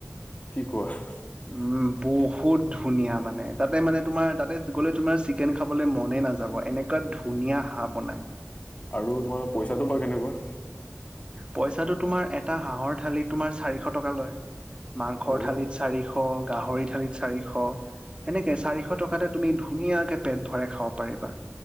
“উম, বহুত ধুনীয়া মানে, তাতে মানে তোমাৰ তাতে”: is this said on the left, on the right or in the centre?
Right